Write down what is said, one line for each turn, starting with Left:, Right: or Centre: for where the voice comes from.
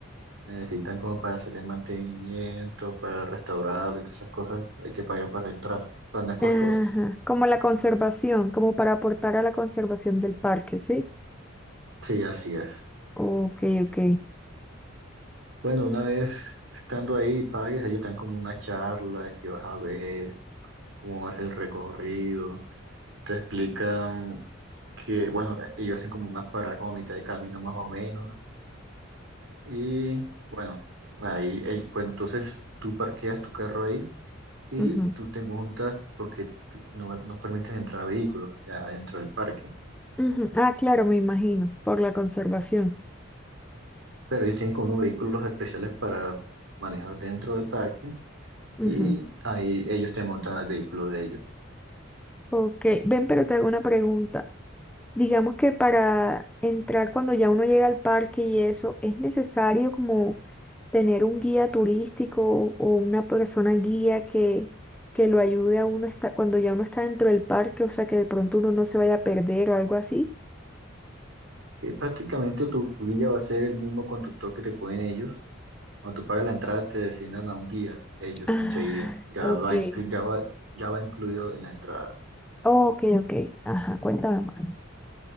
Right: necesitan como para hacer el mantenimiento, para restaurarlo y todas esas cosas, hay que pagar para entrar, pero no es costoso.
Centre: Ajá, como la conservación, como para aportar a la conservación del parque, ¿sí?
Right: Sí, así es.
Centre: Ok, ok.
Right: Bueno, una vez estando ahí y pagues, ellos te dan como una charla de qué vas a ver, cómo va a ser el recorrido, te explican que, bueno, ellos hacen como unas paradas como a mitad de camino más o menos y ahí, eh, bueno, entonces tú parqueas tu carro ahí y
Centre: Ujú,
Right: tú te montas porque tú- no, no permiten entrar vehículos adentro del parque.
Centre: ujú. Ah, claro, me imagino, por la conservación.
Right: Pero ellos tienen como unos vehículos especiales para manejar dentro del parque
Centre: Ujú.
Right: y ahí ellos te montan al vehículo de ellos.
Centre: Ok, ven, pero te hago una pregunta. Digamos que para entrar cuando ya uno llega al parque y eso, ¿es necesario como tener un guía turístico o una persona guía que, que lo ayude a uno esta- cuando ya uno está dentro del parque? O sea, que de pronto uno no se vaya a perder o algo así.
Right: Eh, prácticamente tu guía va a ser el mismo conductor que te ponen ellos. Cuando tú pagas la entrada te designan a un guía, ellos
Centre: Ah,
Right: enseguida. Ya
Centre: ok.
Right: va, inclu- ya va, ya va incluido en la entrada.
Centre: Ok, ok, ajá, cuéntame más.